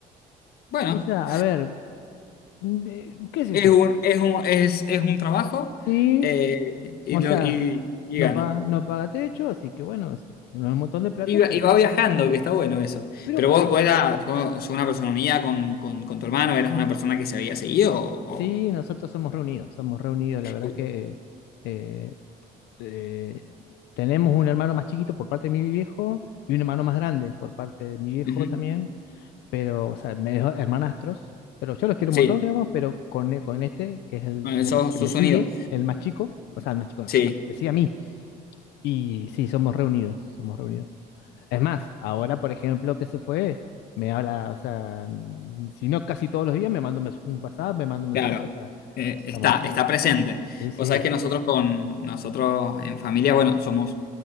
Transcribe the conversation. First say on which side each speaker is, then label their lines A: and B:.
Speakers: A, on the left; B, on the left.
A: bueno.
B: O sea, a ver, mm, eh, qué sé
A: Es
B: yo.
A: un, es un, es, es un trabajo
B: Sí,
A: eh, y,
B: o
A: lo,
B: sea.
A: y, y
B: No
A: gana.
B: paga, no paga techo, así que bueno, es- no es un montón de plata,
A: Y va,
B: pero,
A: y va viajando, que está bueno eso.
B: pero
A: Pero
B: puedes.
A: vos, vos eras sos- sos una persona mía con, con, con tu hermano, eras una persona que se había seguido o...
B: Sí, nosotros somos reunidos, somos reunidos. La verdad
A: o-
B: que eh, eh, tenemos un hermano más chiquito por parte de mi viejo y un hermano más grande por parte de mi viejo
A: Ujú.
B: también, pero, o sea, medio hermanastros. Pero yo los quiero
A: Sí,
B: un montón, digamos, pero con, e- con este, que es el,
A: bueno,
B: sería
A: sos,
B: el que
A: sos
B: me sigue,
A: unido.
B: el más chico, o sea, el más chico no,
A: Sí.
B: me sigue a mí. Y sí, somos reunidos, somos reunidos. Es más, ahora, por ejemplo, que se fue, me habla, o sea, n- si no casi todos los días, me manda un, mes- un WhatsApp, me manda un mensaje,
A: Claro,
B: o sea,
A: eh,
B: estamos
A: está,
B: así.
A: está presente.
B: Sí, sí,
A: Vos sabés que nosotros con nosotros en familia, bueno, somos,